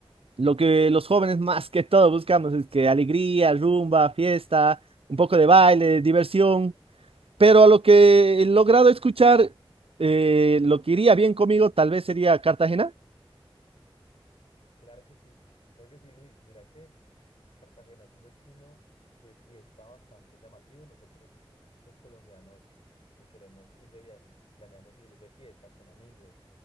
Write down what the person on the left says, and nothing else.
Claro que sí, claro que sí, Luis, mira que Cartagena es un destino de fiesta bastante llamativo. Nosotros, los colombianos, si queremos ir de viaje, y planeamos ir de fiesta con amigos.